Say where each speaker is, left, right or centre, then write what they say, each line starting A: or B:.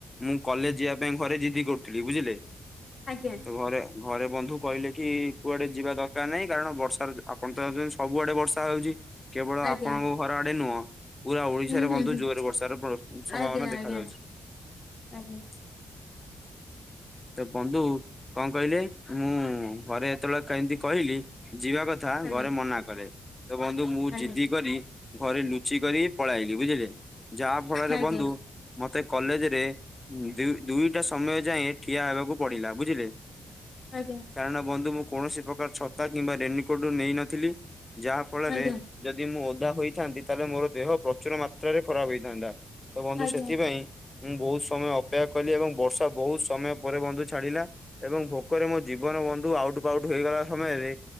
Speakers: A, on the left; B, on the left.
A: ମୁଁ କଲେଜ ଯିବା ପାଇଁ ଘରେ ଜିଦି କରୁଥିଲି ବୁଝିଲେ।
B: ଆଜ୍ଞା।
A: ତ ଘରେ ଘରେ ବନ୍ଧୁ କହିଲେ କି କୁଆଡେ ଯିବା ଦରକାର ନାହିଁ କାରଣ ବର୍ଷାର ଆପଣ ତ ଏ ଯେ ସବୁଆଡେ ବର୍ଷା ହଉଚି କେବଳ
B: ଆଜ୍ଞା
A: ଆପଣଙ୍କ ଘର ଆଡେ ନୁହଁ। ପୁରା ଓଡିଶାରେ
B: ହୁଁ ହୁଁ
A: ବନ୍ଧୁ
B: ହୁଁ
A: ଜୋରରେ ବର୍ଷାର ପ ସମ୍ଭାବନା
B: ଆଜ୍ଞା
A: ଦେଖାଯାଉଚି।
B: ଆଜ୍ଞା ଆଜ୍ଞା।
A: ତ ବନ୍ଧୁ କଣ କହିଲେ ମୁଁ ଘରେ ଯେତେବେଳେ କେମିତି କହିଲି ଯିବା କଥ ଥା
B: ଆଜ୍ଞା
A: ଘରେ ମନା କଲେ। ତ ବନ୍ଧୁ ମୁଁ
B: ଆଜ୍ଞା
A: ଜିଦି କରି ଘରେ ଲୁଚି କରି ପଳାଇଲି ବୁଝିଲେ। ଯାହା ଫଳରେ
B: ଆଜ୍ଞା ଆଜ୍ଞା
A: ବନ୍ଧୁ ମତେ କଲେଜରେ ଦୁ ଦୁଇଟା ସମୟ ଯାଏଁ ଠିଆ ହେବାକୁ ପଡିଲା ବୁଝିଲେ।
B: ଆଜ୍ଞା।
A: କାରଣ ବନ୍ଧୁ ମୁଁ କୌଣସି ପ୍ରକାର ଛତା କିମ୍ବା ରେନିକୋଟ ନେଇନଥିଲି। ଯାହା ଫଳରେ
B: ଆଜ୍ଞା
A: ଯଦି ମୁଁ ଓଦା ହୋଇଥାନ୍ତି ତାହେଲେ ମୋର ଦେହ ପ୍ରଚୁର ମାତ୍ରାରେ ଖରାପ ହେଇଥାନ୍ତା। ତ ବନ୍ଧୁ
B: ଆଜ୍ଞା
A: ସେଥିପାଇଁ ମୁଁ ବହୁତ ସମୟ ଅପେକ୍ଷା କଲି ଏବଂ ବର୍ଷା ବହୁତ ସ୍ ସମୟ ପରେ ବନ୍ଧୁ ଛାଡିଲା ଏବଂ ଭୋକରେ ମୋ ଜୀବନ ବନ୍ଧୁ ଆଉଟ ପାଉଟ ହେଇଗଲା ସମୟରେ